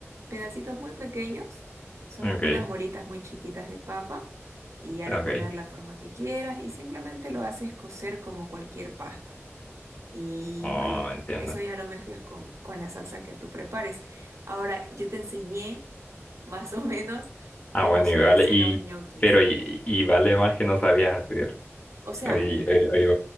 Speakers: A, on the right; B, on the left.
A: pedacitos muy pequeños, son
B: ok,
A: como unas bolitas muy chiquitas de papa y ya
B: ok.
A: le puedes dar la forma que quieras y simplemente lo haces cocer como cualquier pasta. Y
B: Oh,
A: bueno,
B: entiendo.
A: eso ya lo mezclas con, con la salsa que tú prepares. Ahora, yo te enseñé más o menos
B: Ah,
A: cómo
B: bueno,
A: se
B: y vale,
A: hacen
B: y,
A: los ñoquis.
B: pero y, y vale más que no sabías hacer.
A: O sea,
B: Oye, oye,